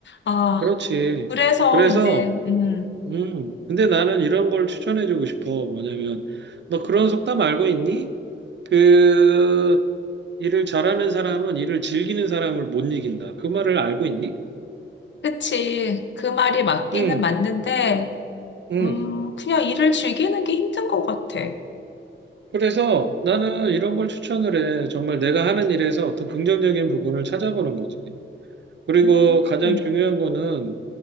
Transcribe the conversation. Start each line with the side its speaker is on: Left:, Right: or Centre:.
Left: 아,
Right: 그렇지.
Left: 그래서
Right: 그래서,
Left: 이제 음,
Right: 음, 근데 나는 이런 걸 추천해주고 싶어. 뭐냐면, 너 그런 속담 알고 있니? 그 일을 잘하는 사람은 일을 즐기는 사람을 못 이긴다. 그 말을 알고 있니?
Left: 그치. 그 말이 맞기는
Right: 응,
Left: 맞는데
Right: 응.
Left: 음, 그냥 일을 즐기는 게 힘든 것 같아.
Right: 그래서 나는 이런 걸 추천을 해. 정말 내가 하는 일에서 어떤 긍정적인 부분을 찾아보는 거지. 그리고
Left: 음,
Right: 가장 중요한 거는